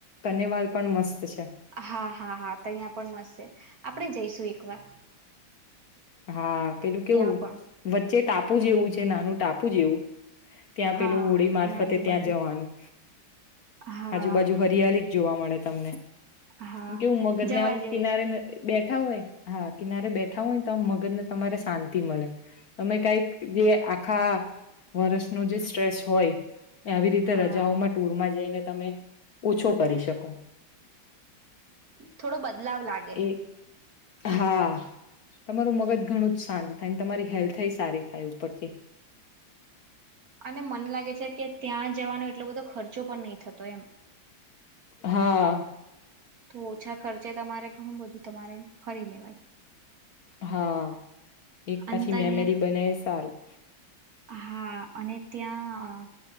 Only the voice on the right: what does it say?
હા હા હા, તહીંયા પણ મસ્ત છે, આપણે જઈશું એક વાર.
ત્યાં પણ
હા
ને આજુબાજુ
હા
હા
જવા
જેવું
છે
હા
થોડો બધો. બદલાવ લાગે.
અને મને લાગે છે કે ત્યાં જવાનો એટલો બધો ખર્ચો પણ નહીં થતો, એમ.
તો ઓછા ખર્ચે તમારે ઘણું બધું તમારે ફરી લેવાય.
અને ત અહીંયા
હા, અને ત્યાં